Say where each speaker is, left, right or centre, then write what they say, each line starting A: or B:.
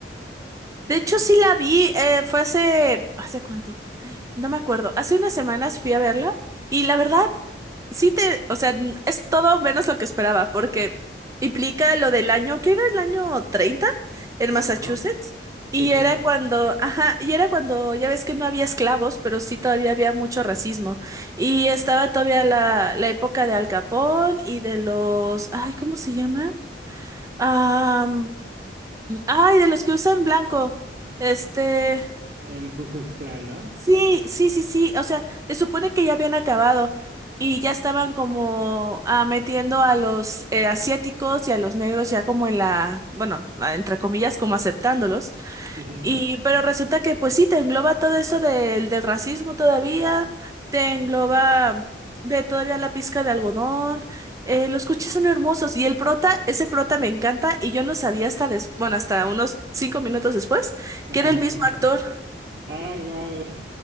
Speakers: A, on the right (about 20°); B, on the right (about 80°).
A: De hecho, sí la vi, eh, fue hace, ¿hace cuánto? No me acuerdo. Hace unas semanas fui a verla y la verdad, sí te, o sea, n- es todo menos lo que esperaba, porque implica lo del año, que era el año 30 en Massachusetts,
B: Ajá, sí,
A: y
B: justo.
A: era cuando, ajá, y era cuando ya ves que no había esclavos, pero sí todavía había mucho racismo. Y estaba todavía la, la época de Al Capone y de los, ay, ¿cómo se llaman? Ah, ay, de los que usan blanco. Este.
B: El Ku Klux Klan, ¿no?
A: Sí, sí, sí, sí. O sea, se supone que ya habían acabado y ya estaban como ah, metiendo a los eh, asiáticos y a los negros ya como en la, bueno, la- entre comillas, como aceptándolos.
B: Ujú.
A: Y, pero resulta que pues sí, te engloba todo eso del, del racismo todavía, te engloba de todavía la pizca de algodón. eh, los coches son hermosos y el prota, ese prota me encanta y yo no sabía hasta, des- bueno, hasta unos cinco minutos después
B: <laughs>
A: que era el mismo actor.
B: Ah, guau.